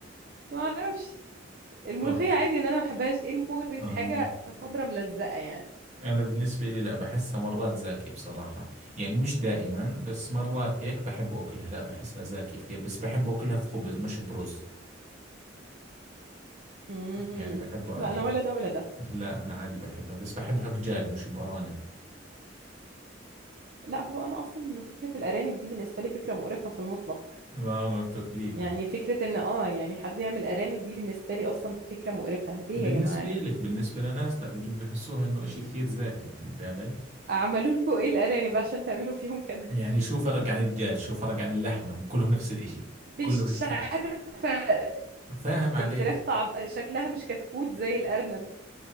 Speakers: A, on the right; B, on the right.
A: ما اعرفش الملوخية
B: طب
A: عادي ان انا ما بحبهاش ايه المغري في
B: آه.
A: حاجة خضرة ملزقة يعني
B: أنا بالنسبة لي لا بحسها مرات زاكي بصراحة يعني مش دائما بس مرات هيك بحب أكلها لا بحسها زاكي كثير بس بحب أكلها في خبز مش برز
A: امم
B: يعني بحب هيك
A: لا انا ولا ده ولا ده
B: لا أنا عادي بحبها بس بحبها بجاج مش بأرانب
A: لا هو انا اصلا فكرة الارانب دي بالنسبة لي فكرة مقرفة في المطلق
B: ما ما بتاكليهم
A: يعني فكرة ان اه يعني حد يعمل ارانب دي بالنسبة لي اصلا فكرة مقرفة ليه
B: بالنسبة
A: يا جماعة دي
B: لك بالنسبة لناس لا بجوز بحسوها انه اشي كثير زاكي فهمت علي
A: اعملوا لكم ايه الارانب عشان تعملوا فيهم كده
B: يعني شو فرق عن الدجاج شو فرق عن اللحمة كلهم نفس الاشي
A: <laughs> مش
B: كله بالتاكل
A: عارفة
B: فاهم عليك
A: الفراخ طعم شكلها مش كتكوت زي الارنب